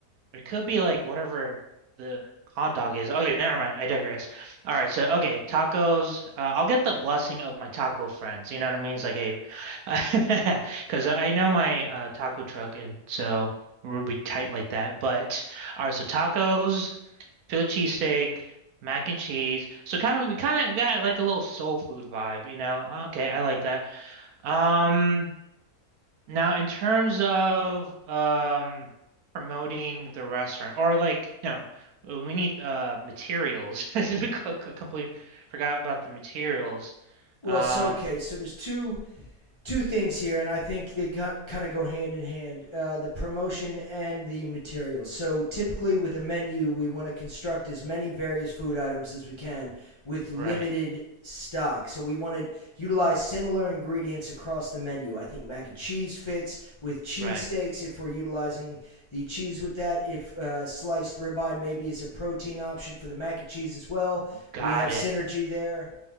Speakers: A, on the right; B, on the left.
A: it could be like whatever the hot dog is. Okay, never mind. I digress. All right. So okay, tacos. Uh, I'll get the blessing of my taco friends. You know what I mean? It's like, hey, <laughs> because I know my uh, taco truck, and so we'll be tight like that. But all right. So tacos, Philly cheesesteak. Mac and cheese. So kind of we kind of got like a little soul food vibe, you know. Okay, I like that. Um, now in terms of um promoting the restaurant or like no, uh, we need uh materials. <laughs> We co- co- completely forgot about the materials.
B: Well,
A: Um,
B: so okay, so there's two two things here, and I think they kind of go hand in hand uh, the promotion and the materials. So, typically with a menu, we want to construct as many various food items as we can with limited
A: right,
B: stock. So, we want to utilize similar ingredients across the menu. I think mac and cheese fits with cheesesteaks
A: right.
B: if we're utilizing the cheese with that. If uh, sliced ribeye maybe is a protein option for the mac and cheese as well,
A: Got
B: we have
A: it.
B: synergy there.